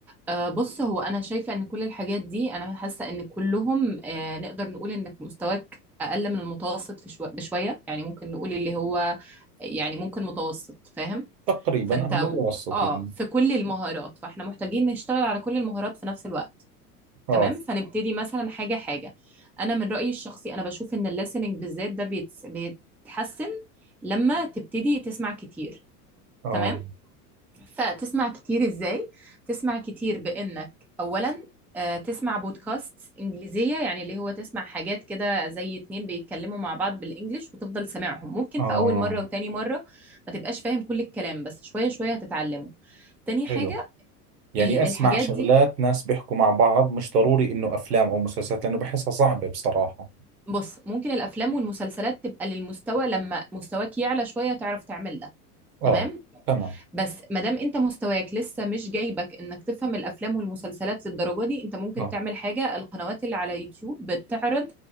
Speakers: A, in the centre; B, on the right.
A: آه، بص هو انا شايفه ان كل الحاجات دي انا حاسه ان كلهم آه، نقدر نقول انك مستواك اقل من المتوسط في شو... بشويه يعني ممكن نقول اللي هو يعني ممكن متوسط فاهم
B: تقريبا
A: فانت
B: انا
A: و-
B: متوسط
A: اه
B: يعني
A: في كل المهارات فاحنا محتاجين نشتغل على كل المهارات في نفس الوقت
B: اه
A: تمام فنبتدي مثلا حاجه حاجه انا من رايي الشخصي انا بشوف ان الليسننج بالذات ده بيتس... بيتحسن لما تبتدي تسمع كتير
B: اه
A: تمام فتسمع كتير ازاي تسمع كتير بانك اولا آه، تسمع بودكاست انجليزية يعني اللي هو تسمع حاجات كده زي اتنين بيتكلموا مع بعض بالانجلش وتفضل سامعهم ممكن
B: اه
A: في اول مرة وتاني مرة ما تبقاش فاهم كل الكلام بس شوية شوية هتتعلمه تاني حاجة
B: حلو يعني
A: ال-
B: اسمع
A: الحاجات
B: شغلات
A: دي
B: ناس بيحكوا مع بعض مش ضروري انه افلام او مسلسلات لانه بحسها صعبة بصراحة
A: بص ممكن الافلام والمسلسلات تبقى للمستوى لما مستواك يعلى شوية تعرف تعمل ده
B: اه
A: تمام
B: تمام
A: بس ما دام انت مستواك لسه مش جايبك انك تفهم الافلام والمسلسلات للدرجه دي انت ممكن
B: اه
A: تعمل حاجه القنوات اللي على يوتيوب بتعرض